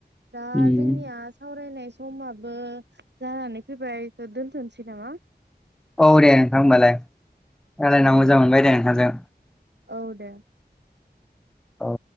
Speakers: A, on the right; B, in the centre.
A: दा
B: उम
A: जोंनिया सावरायनाय समाब बो जानानै फैबाय थ दोनथनोसै नामा।
B: औ दे नोंथां होनबालाय रायलायना
A: दे
B: मोजां मोनबाय दे नोंथांजों।
A: औ दे।
B: औ।